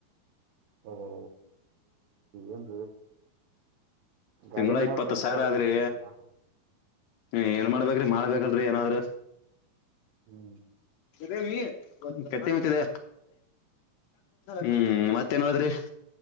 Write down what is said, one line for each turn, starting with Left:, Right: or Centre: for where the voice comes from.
Right: ಹ ಏನ್
Left: ತಿಂಗಳ
Right: ಗಾಡಿನೇ
Left: ಇಪ್ಪತ್ತು
Right: ಮಾಡ್ಬಾರ್ದ್
Left: ಸಾವಿರ
Right: ಮಾಡಿದ್ರಿ
Left: ಆದ್ರಿ
Right: ಹಂಗಾದ್ರ
Left: ಹ ಏನ್ ಮಾಡ್ಬೇಕ್ರಿ ಮಾಡ್ಬೇಕಲ್ರಿ ಏಾದ್ರರು
Right: <inaudible>
Left: ತ್ತಿದೆ ಹ್ಮ ಮತ್ತೇನ್ ಹೋದ್ರಿ